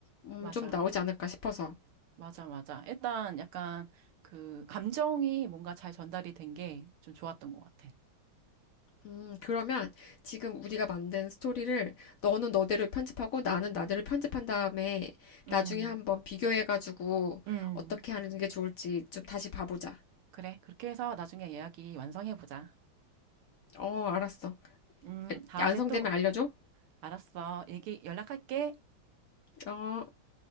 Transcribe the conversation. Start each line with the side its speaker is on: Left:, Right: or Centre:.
Left: 음,
Right: 맞아.
Left: 좀 나오지 않을까 싶어서.
Right: 맞아, 맞아. 일단 약간 그 감정이 뭔가 잘 전달이 된 게 좀 좋았던 것 같아.
Left: 음, 그러면 지금 우리가 만든 스토리를 너는 너대로 편집하고 나는 나대로 편집한 다음에
Right: 음,
Left: 나중에 한번 비교해가지고
Right: 음.
Left: 어떻게 하는 게 좋을지 좀 다시 봐보자.
Right: 그래. 그렇게 해서 나중에 이야기 완성해보자.
Left: 어, 알았어.
Right: 음, 다음에
Left: 완성되면
Right: 또,
Left: 알려줘.
Right: 알았어. 얘기, 연락할게.
Left: 어.